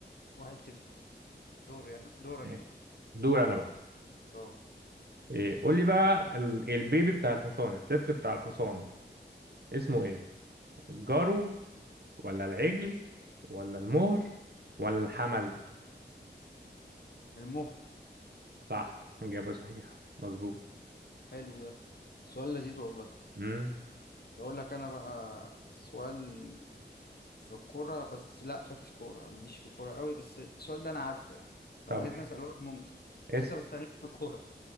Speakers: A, on the left (about 60°); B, on the right (about 60°).
A: واحد صفر دور يعني دورك
B: ماشي
A: انت
B: دور انا بقى
A: اه
B: إيه قول لي بقى ال- البيبي بتاع الحصان الطفل بتاع الحصان اسمه ايه الجرو ولا العجل ولا المهر ولا الحمل
A: المهر
B: صح اجابه صحيحه مظبوط
A: حلو ده سؤال لذيذ والله
B: امم
A: بقول لك انا بقى سؤال في الكورة بس لا فاكس كورة مش في كورة قوي بس السؤال ده انا عارفه يعني لو
B: طب
A: عايز اساله لك ممكن
B: اسال
A: بس انت ما تستعنيش في الكورة